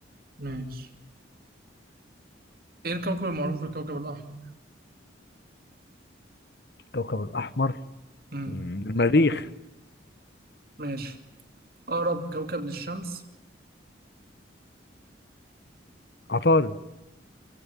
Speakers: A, on the right; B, on the left.
A: ماشي ايه الكوكب المعروف بالكوكب الأحمر؟
B: كوكب الأحمر
A: مم.
B: مم. المريخ
A: ماشي أقرب كوكب للشمس
B: عطارد